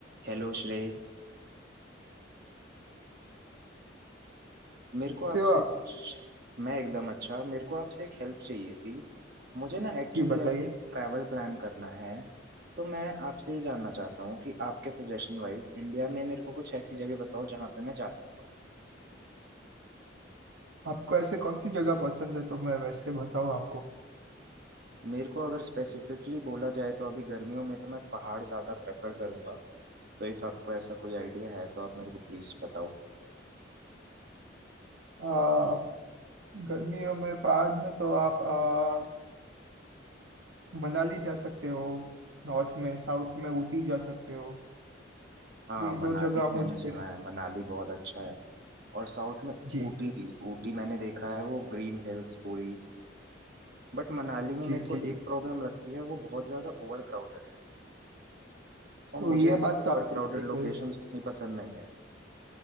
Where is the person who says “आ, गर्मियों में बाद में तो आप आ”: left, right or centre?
Right